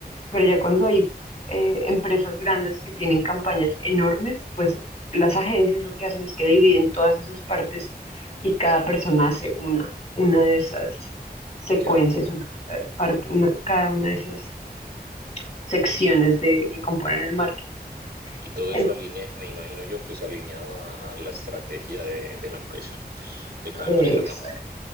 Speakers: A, on the left; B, on the right.
A: Pero ya cuando hay eh, empresas grandes que tienen campañas enormes, pues las agencias lo que hacen es que dividen todas esas partes y cada persona hace una, una de esas secuencias,
B: ya.
A: una, eh, parte- una- cada una de esas secciones de, que componen el marketing.
B: Y todo
A: En-
B: eso alinea, me imagino yo, pues alineado a a la estrategia de, de la empresa, de cada
A: eh,
B: empresa,
A: exacto,
B: ¿no?